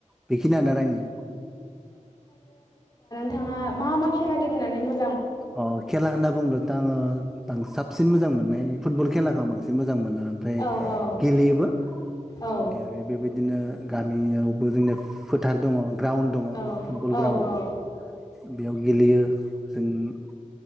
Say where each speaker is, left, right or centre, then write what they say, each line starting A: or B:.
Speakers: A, in the centre; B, on the left.
A: बेखिनियानो आरो आंनि।
B: थाङा मा मा खेला गेलेनानै मो
A: अ खेला होनना बुंङोब्लाथ' आङो बां साबसिन मोजां मोननाय फुटबल खेलाखौ आं बांसिन मोजां मोनो। ओमफ्राय
B: औ औ
A: गेलेयोबो
B: औ
A: गेलेयो बेबायदिनो गामियावबो जोंनिया फोथ थार दङ। ग्राउण्ड दङ
B: औ
A: फुटबल
B: औ
A: ग्राउण्ड
B: औ
A: बेयाव गेलेयो जों